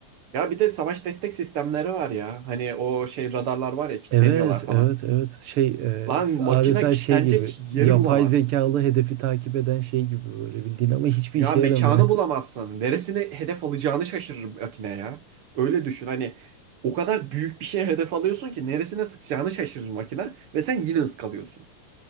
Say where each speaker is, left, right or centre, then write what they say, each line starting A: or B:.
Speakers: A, on the right; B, on the right.
A: Ya bir de savaş destek sistemleri var ya. Hani o şey radarlar var ya kilitleniyorlar
B: Evet,
A: falan.
B: evet, evet. Şey, e,
A: Lan makine
B: adeta
A: kilitlenecek
B: şey gibi.
A: yeri
B: Yapay
A: bulamaz.
B: zekalı hedefi takip eden şey gibi böyle bildiğin ama hiçbir
A: Ya
B: işe
A: mekanı
B: yaramıyor.
A: bulamazsın. Neresini hedef alacağını şaşırır makine ya. Öyle düşün hani o kadar büyük bir şeye hedef alıyorsun ki neresine sıkacağını şaşırır makine ve sen yine ıskalıyorsun.